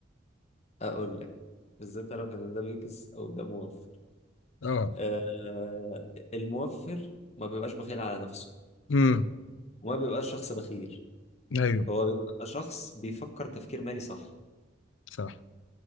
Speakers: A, on the left (about 35°); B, on the left (about 85°).
A: اقول لك ازاي تعرف ان ده بيكس او ده موفر
B: اه
A: آه آه، الموفر ما بيبقاش بخيل على نفسه
B: امم
A: وما بيبقاش شخص بخيل
B: ايوه
A: هو بيبقى شخص بيفكر تفكير مالي صح
B: صح